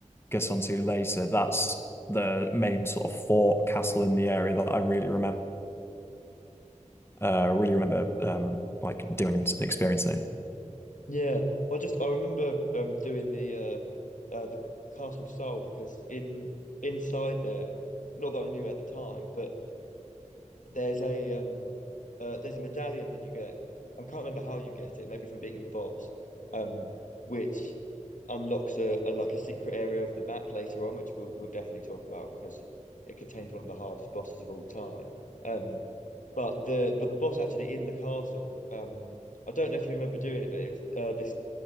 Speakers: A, on the left; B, on the left.
A: get onto later. That's the main sort of fort castle in the area that I really remember uh really remember um like doing and experiencing.
B: Yeah. Well, I just I remember um doing the uh uh, the Castle Soul because in inside there, not that I knew it at the time, but there's a um uh, there's a medallion that you get. I can't remember how you get it, maybe from beating the boss, um, which unlocks a, a like a secret area of the map later on, which we'll we'll definitely talk about because it contains one of the hardest bosses of all time. Um, but the but the boss actually in the castle, um, I don't know if you remember doing it, but if uh, this